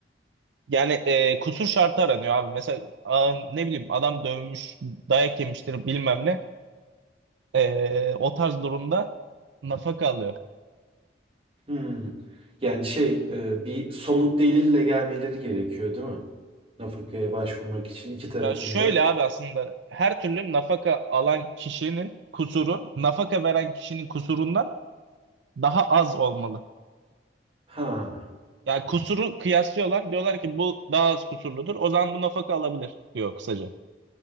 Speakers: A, on the right; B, on the right.
A: Yani ee, kusur şartı aranıyor abi. Mesela aa, ne bileyim adam dövmüş, dayak yemiştir bilmem ne. Ee, o tarz durumda nafaka alıyor.
B: Hmm. Yani şey e, bir somut delille gelmeleri gerekiyor değil mi? Nafakaya başvurmak için iki tarafında.
A: Ya şöyle abi aslında her türlü nafaka alan kişinin kusuru nafaka veren kişinin kusurundan daha az olmalı.
B: Ha.
A: Yani kusuru kıyaslıyorlar diyorlar ki bu daha az kusurludur o zaman bu nafaka alabilir diyor kısaca.